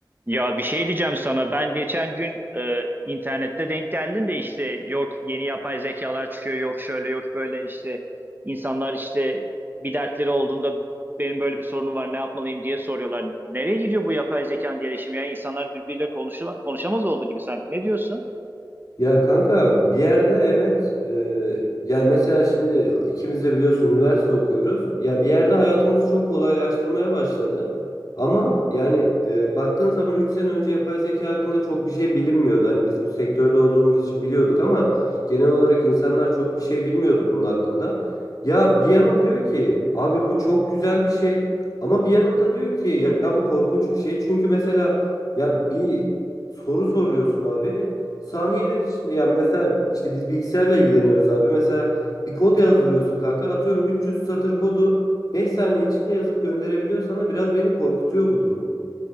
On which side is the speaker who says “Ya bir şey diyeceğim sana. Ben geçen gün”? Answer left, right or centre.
Right